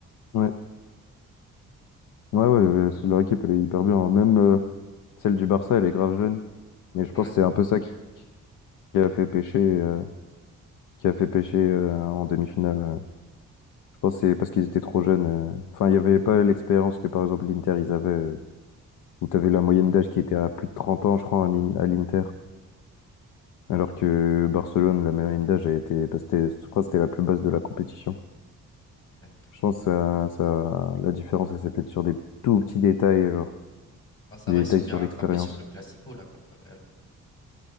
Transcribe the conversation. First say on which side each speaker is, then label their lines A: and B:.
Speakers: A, on the left; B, on the left.
A: ouais ouais, ouais, ouais, c'est- leur équipe elle est hyper bien. hein. Même euh, celle du Barça elle est grave jeune mais je
B: Ouais,
A: pense que c'est un peu ça qui, qui a fait pêcher. euh, qui a fait pêcher euh, en demi-finale. euh. Je pense que c'est parce qu'ils étaient trop jeunes. euh. Enfin, il n'y avait pas l'expérience que, par exemple, l'Inter, ils avaient, euh, où tu avais la moyenne d'âge qui était à plus de 30 ans, je crois, en In- à l'Inter. Alors que Barcelone, la moyenne d'âge a été, bah, c'était, je crois que c'était la plus basse de la compétition.
B: ouais, peut-être.
A: Je pense que ça, ça, la différence, elle s'est faite sur des tout petits détails, euh, genre,
B: Bah, ça
A: des
B: va, ils sont
A: détails
B: bien
A: sur
B: rattrapés
A: l'expérience.
B: sur le classico là contre le Real.